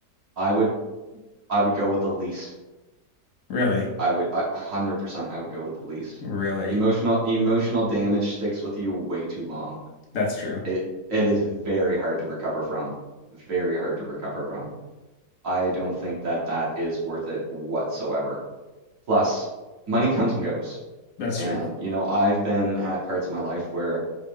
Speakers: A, on the right (about 50°); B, on the left (about 60°).
A: I would, I would go with the least.
B: Really.
A: I would, I, 100%, I would go with the least.
B: Really.
A: Emotional, emotional damage sticks with you way too long.
B: That's true.
A: It, it is very hard to recover from. Very hard to recover from. I don't think that that is worth it whatsoever. Plus, money comes and goes.
B: That's
A: And,
B: true.
A: you know, I've been at parts of my life where